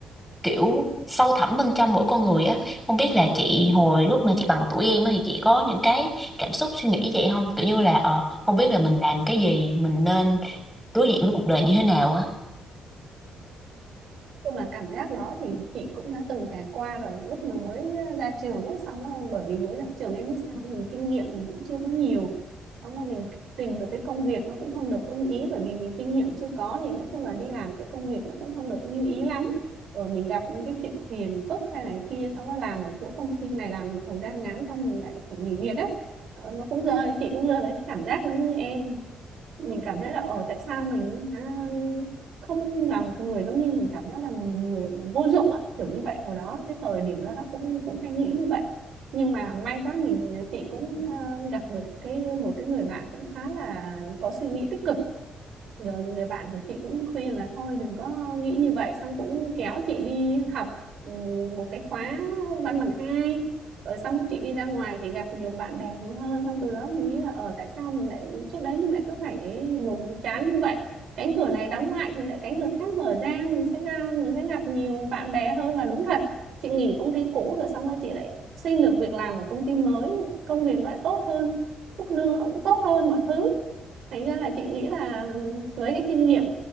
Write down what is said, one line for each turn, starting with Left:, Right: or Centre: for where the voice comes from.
Centre: kiểu sâu thẳm bên trong mỗi con người á không biết là chị hồi lúc mà chị bằng tuổi em á thì chị có những cái cảm xúc suy nghĩ vậy không kiểu như là ờ không biết là mình làm cái gì mình nên đối diện với cuộc đời như thế nào á
Right: chung là cảm giác đó thì chị cũng đã từng trải qua rồi lúc mà mới ra trường ấy, xong rồi, bởi vì mới ra trường em biết sao mình kinh nghiệm mình cũng chưa có nhiều xong mà mình tìm được cái công việc nó cũng không được ưng ý bởi vì mình kinh nghiệm chưa có thì nói chung là đi làm cái công việc nó cũng không được như ý lắm rồi mình gặp những cái chuyện phiền phức hay này kia xong rồi làm ở chỗ công ty này làm một thời gian ngắn xong mình lại phải nghỉ việc á Ờ, nó cũng rơi chị cũng rơi với cái cảm giác giống như em mình cảm thấy là ở tại sao mình hả, không là một người giống như mình cảm giác là mình người vô dụng á kiểu như vậy hồi đó cái thời điểm đó, đó cũng cũng hay nghĩ như vậy nhưng mà may quá mình chị cũng ờ, gặp được cái một cái người bạn cũng khá là có suy nghĩ tích cực rồi người bạn của chị cũng khuyên là thôi đừng có nghĩ như vậy xong cũng kéo chị đi học ừ, một cái khóa văn bằng hai rồi xong rồi chị đi ra ngoài thì gặp nhiều bạn bè nhiều hơn xong từ đó mình nghĩ là ở tại sao mình lại trước đấy mình lại cứ phải buồn chán như vậy cánh cửa này đóng lại thì lại cánh cửa khác mở ra mình sẽ ra mình sẽ gặp nhiều bạn bè hơn và đúng thật chị nghỉ công ty cũ rồi xong rồi chị lại xin được việc làm ở công ty mới công việc nó lại tốt hơn mức lương nó cũng tốt hơn mọi thứ thành ra là chị nghĩ là với cái kinh nghiệm